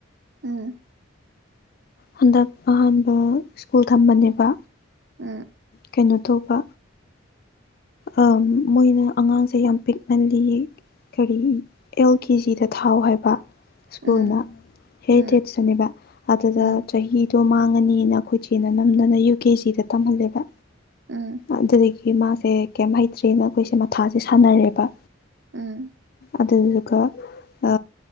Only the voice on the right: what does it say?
ꯎꯝ꯫
ꯎꯝ꯫
ꯎꯝ
ꯎꯝ
ꯎꯝ
ꯎꯝ
ꯎꯝ꯫